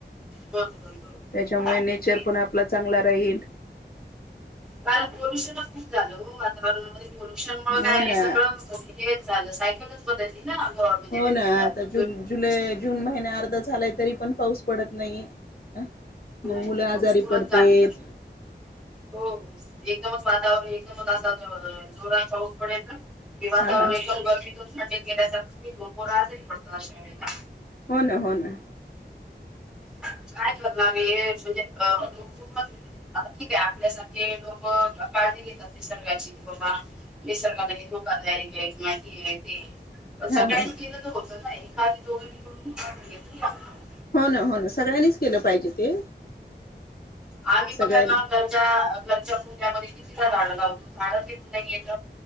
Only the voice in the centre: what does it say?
बरोबर बरोबर
नाही
का?
काय पोल्युशनच खूप झालं हो वातावरणामध्ये. पोल्युशन म
काय
सगळं- हेच झालं. सायकलच बदलली ना? म्हणजे
हे-
अ,
दोन-
याची
नाही
नाही
पाऊस पुढंच
जाणार हो. एकदमच वातावरण एकदमच असा ज जोरात पाऊस पडायचा. कि वातावरण
एकदम गर्मीतून थंडीत गेल्यासारख होईल. मग पोर आजारी पडता अशा वेळेला.
काय करणार? हे म्हणजे अ <unintelligible> आता ठीक आहे. आपल्यासारखे लोक काळजी घेत- -तात निसर्गाची. किंवा बा निसर्ग <unintelligible> धोकादायक आहे किंवा हे ए ते ए. सगळ्यांनी
केलं तर होत ना? एकानी दोघानी करून <unintelligible>
आधी
बघा ना त्या घरच्या कुंड्यांमधे कितीदा झाडं लावतो. झाडच येत नाहीयेत.